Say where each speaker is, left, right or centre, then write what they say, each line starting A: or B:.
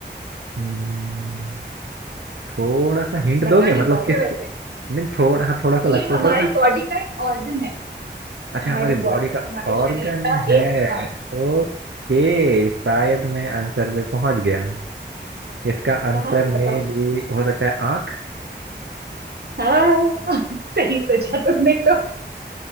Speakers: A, on the right; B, on the right.
A: हम्म, थोड़ा सा हिंट
B: बता
A: दोगे
B: नहीं
A: मतलब
B: पाओगे
A: किस
B: वैसे
A: नहीं थोड़ा हाँ थोड़ा सा
B: ये
A: लगता
B: हमारी
A: है थोड़ा सा
B: बॉडी का एक ऑर्गन है
A: अच्छा
B: हमारी
A: हमारी
B: बॉडी
A: बॉडी का
B: हमारे
A: ऑर्गन
B: शरीर का
A: है
B: एक हाँ
A: ओके शायद मैं आंसर पे पहुंच गया इसका आंसर
B: कहाँ
A: में
B: बताओ
A: भी हो सकता है आंख
B: हाँ <laughs> सही सोचा तुमने तो